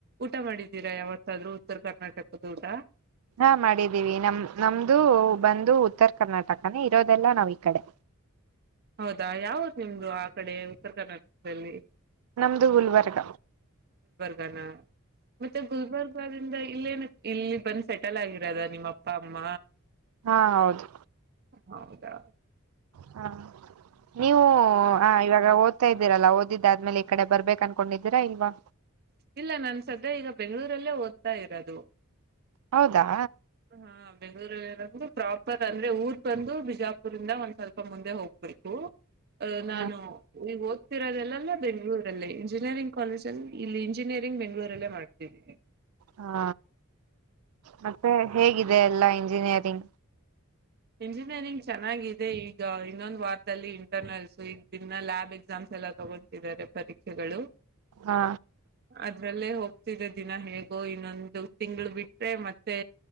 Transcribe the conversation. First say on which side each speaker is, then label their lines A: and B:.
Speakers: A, on the right; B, on the right.
A: ಊಟ ಮಾಡಿದ್ದೀರಾ ಯಾವತ್ತಾದ್ರು ಉತ್ತರ ಕರ್ನಾಟಕದ ಊಟ
B: ಹಾಂ ಮಾಡಿದ್ದೀವಿ ನಮ್ಮ ನಮ್ದ ಬಂದು ಉತ್ತರ ಕರ್ನಾಟಕನೇ ಇರೋದೆಲ್ಲ ನಾವು ಈ ಕಡೆ
A: ಹೌದಾ ಯಾವ್ದ ನಿಮ್ದು ಆ ಕಡೆ ಉತ್ತರ ಕರ್ನಾಟಕದಲ್ಲಿ
B: ನ ನದುು ಉಲ್ವರ್ಗ
A: ಗನ್ ಮತ್ತೆ ಗುಲ್ಬರ್ಗಾದಿಂದ ಇಲ್ಲೇನ ಇಲ್ಲಿ ಬಂದ್ ಸೆಟಲ್ ಆಗಿರೋದ ನಿಮ್ಮ ಅಪ್ಪ ಅಮ್ಮ
B: ಹಾ ಹೌದು
A: ಹೌದಾ
B: ಹಾ ನೀವು ಆ ಇವಾಗ ಓದ ಆೋಗತಾ ಇದೀರಲ್ಲ ಓದಿದ್ದಾದ್ಮೇಲೆ ಈ ಕಡೆ ಬರ್ಬೇಕು ಅನ್ಕೊಂಡಿದ್ದೀರಾ ಇಲ್ವಾ
A: ಇಲ್ಲ ನಾ ಸದ್ಯ ಈಗ ಬೆಂಗ್ಗಳೂರಲ್ಲೇ ಓದ್ತಾ ಇರೋದು
B: ಹೌದಾ
A: ಹಾ ಬೆಂಗ್ಗಳೂರಿಂದು ಪ್ರಾಪರ್ ಅಂದ್ರೆ ಊರ್ ಬಂದು ಬಿಜಾಪುರ್ಂದ ಒಂದ್ ಸ್ವಲ್ಪ ಮುಂದೆ ಹೋಗ್ಬೇಕು ಅಹ ನಾನು
B: ಹ್ಮ
A: ಈಗ ರೋದೆಲ್ಲ ಬೆಂಗಗಳೂರಲ್ಲೇ ಇಂಜಿನಿಯರಿಂಗ್ ಕಾಲೇಜಲ್ಲಿ ಇಲ್ಲಿ ಇಂಜಿನಿಯರಿಂಗ್ ಬೆಂ್ಗಳೂರಲ್ಲೇ ಮಾಡ್ತಿದೀನಿ
B: ಹಾ ಮತ್ತೆ ಹೇಗಿದೆ ಎಲ್ಲ ಇಂಜಿನಿಯರಿಂಗ್
A: ಇಂಜಿನಿಯರಿಂಗ್ ಚೆನ್ನಾಗಿದೆ ಈಗ ಇನ್ನೊಂದು ವಾರದಲ್ಲಿ ಇಂಟರ್ನಲ್ಸ್ ಈಗ ದನ್ನ ಲ್ಯಾಬ್ ಎಕ್ಸಾಮ್ಸ್ ಎಲ್ಲ ತಗೊತಿದ್ದಾರೆ ಪರೀಕ್ಷೆಗಳು
B: ಹಾ
A: ಅದ್ರಲ್ಲೇ ಹೋಗ್ ದಿನ ಹೇಗೋ ಇನ್ನೊಂದು ತಿಂಗಳು ಬಿಟ್ರೆ ಮತ್ತೆ